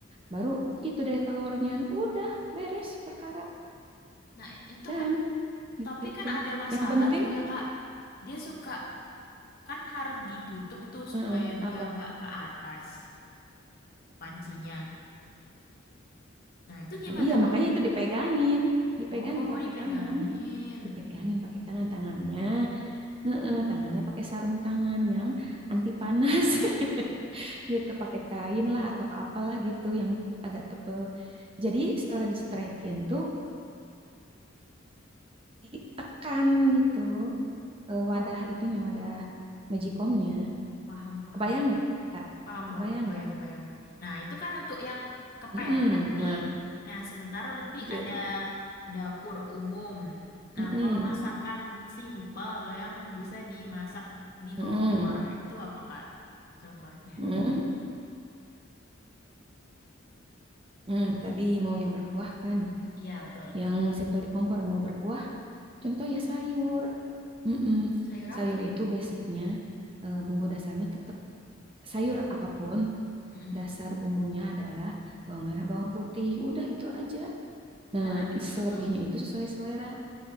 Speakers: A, on the right (about 25°); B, on the left (about 50°).
A: Baru itu deh telurnya. Udah beres perkara
B: Nah, itu
A: dan
B: kan, tapi
A: gitu.
B: kan ada masalah
A: Yang penting
B: tuh ya, Kak. Dia suka, kan harus ditutup tuh
A: heeh,
B: supaya dia
A: apa?
B: nggak ke atas pancinya. Nah, itu
A: Nah,
B: gimana,
A: iya,
B: Kak?
A: makanya itu dipegangin, dipegangin
B: Oh,
A: pakai
B: dipegangin.
A: tangan, dipegangin pakai tangan tangannya Heeh, tangannya pakai sarung tangan yang anti panas <laughs> gitu pakai kain lah atau apalah gitu yang agak tebel jadi setelah dicetrekin tuh ditekan gitu eh,
B: Oh,
A: wadah itunya wadah magicomnya
B: paham, paham,
A: kebayang
B: paham.
A: nggak Kak?
B: Paham,
A: kebayang
B: paham, kebayang,
A: nggak
B: kebayang. Nah, itu kan untuk yang kepepet
A: Mm-mm. nah
B: nih. Nah, sementara Lutfi
A: jadi
B: ada dapur umum. Nah,
A: mm-mm.
B: kalau masakan simpel yang bisa dimasak di
A: Mm-mm.
B: kompor, itu apa, Kak? Contohnya.
A: Mm-mm. Mm. tadi mau yang berkuah kan
B: Iya, betul.
A: yang simpel di kompor mau berkuah contoh ya sayur Mm-mm.
B: Sayur apa
A: Sayur
B: tuh?
A: itu basicnya eh, bumbu dasarnya tetap sayur apapun
B: Mm-mm.
A: dasar bumbunya adalah bawang merah, bawang putih, udah itu aja. Nah,
B: Nah, itu
A: selebihnya itu sesuai selera.